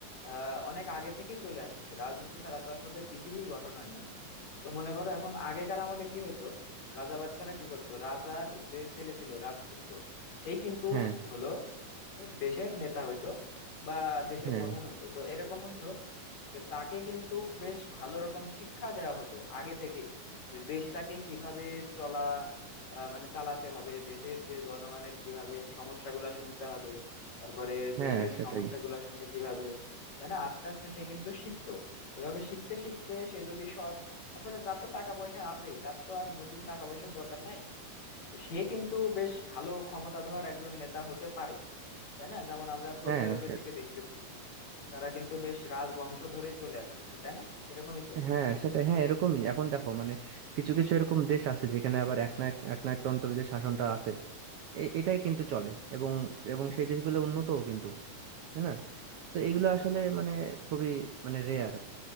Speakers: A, on the left; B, on the right.
A: আহ, অনেক আগে থেকেই চলে আসতেছে রাজনীতি ছাড়া তো আসলে পৃথিবী গঠন হয়নি তো মনে করো এখন আগেকার আমলে কি হইতো রাজা বাচ্চারা কি করতো রাজার যে ছেলে ছিল রাজপুত্র সেই কিন্তু
B: হ্যাঁ
A: হলো কি হইতো দেশের নেতা হইতো বা দেশের
B: হ্যাঁ
A: প্রধান হইতো তো এরকম হইতো যে তাকে কিন্তু বেশ ভালো রকম শিক্ষা দেওয়া হতো আগে থেকেই যে দেশটাকে কিভাবে চলা আহ, মানে চালাতে হবে দেশের যে জনগণের কিভাবে সমস্যাগুলা শুনতে হবে তারপরে
B: হ্যাঁ
A: দেশের
B: সেটাই
A: সমস্যাগুলা শুনে কিভাবে তাই না আস্তে আস্তে সে কিন্তু শিখতো ওইভাবে শিখতে শিখতে সে যদি সৎ আসলে তার তো টাকা পয়সা আছেই তার তো আর নতুন টাকা পয়সার দরকার নাই তো সে কিন্তু বেশ ভালো ক্ষমতাধর একজন নেতা হতে পারে তাই না যেমন আমরা সৌদি
B: হ্যাঁ
A: আরবের
B: সে-
A: দিকে দেখতেছি তারা কিন্তু বেশ রাজবংশ ধরে চলে আসতেছে তাই না এরকমই তো
B: হ্যাঁ সেটাই হ্যাঁ এরকমই এখন দেখো মানে কিছু কিছু এরকম দেশ আছে যেখানে আবার একনায়ক একনায়কতন্ত্র যে শাসনটা আছে এ- এটাই কিন্তু চলে এবং এবং সেই দেশগুলো উন্নতও কিন্তু তাই না তো এগুলো আসলে মানে খুবই মানে রেয়ার